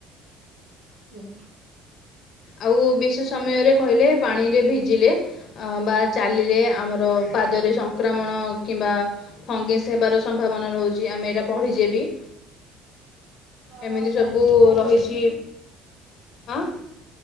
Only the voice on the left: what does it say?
ଆଉ ବିଶୀ ସମୟରେ କହିଲେ ପାଣିରେ ଭିଜିଲେ ଅ ବା ଚାଲିରେ ଆମର ପାଦରେ ସଂକ୍ରାମଣ କିମ୍ବା ଫଙ୍ଗେସ୍ ହେବାର ସମ୍ଭାବନା ରୋହୁଛି, ଆମେ ଏଇଟା ପଢିଚେ ବି।
ଏମିତି ସବୁ
ରହିଛି
ଆଁ